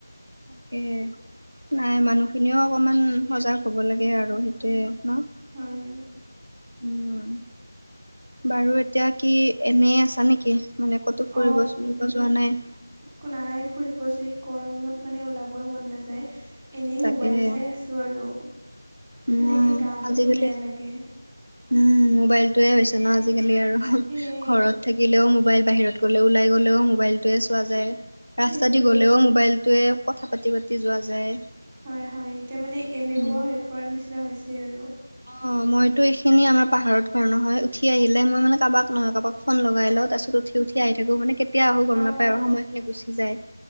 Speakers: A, on the right; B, on the right.
A: তাকেহে। নাই, মানুহখিনিও অকণমান সজাগ হ'ব লাগে আৰু সেইটোৱে ন'?
B: হয়।
A: উম, বাৰু এতিয়া কি এনেই আছা নেকি? মানে ক'তো ফুৰিব
B: অ
A: চোৰিব যোৱা নাই?
B: একো নাই ফুৰিব, যি গৰমত মানে ওলাবই মন নাযায়। এনেই
A: তাকেহে
B: মোবাইল চাই আছোঁ আৰু। তেনেকে
A: উম
B: গাবোৰো
A: আজিকালি
B: বেয়া লাগে।
A: উম, মোবাইলটোৱে হৈছে ন' আজিকালি আৰু
B: সেয়াই
A: ঘৰত থাকিলেও মোবাইল, বাহিৰত গ'লে ওলাই গ'লেও মোবাইলটোৱে চোৱা যায়। ৰাস্তা
B: সেইটোৱেই
A: দি গলেও মোবাইলটোৱে কথা পাতি পাতি যোৱা যায়।
B: হয় হয়, এতিয়া মানে এলেহুৱা
A: উম
B: হৈ পৰাৰ নিচিনা হৈছে আৰু।
A: অ' মইতো এইখিনি আমাৰ পাহাৰত ঘৰ নহয়, উঠি আহিলে মই মানে কাৰোবাক নহয় কাৰোবাক ফোন লগাই লওঁ তাৰাছত উঠি উঠি আহি থাকোঁ মানে কেতিয়া আহোঁ গম
B: অ
A: নাপায় আৰু সময়খিনি গুচি যায়,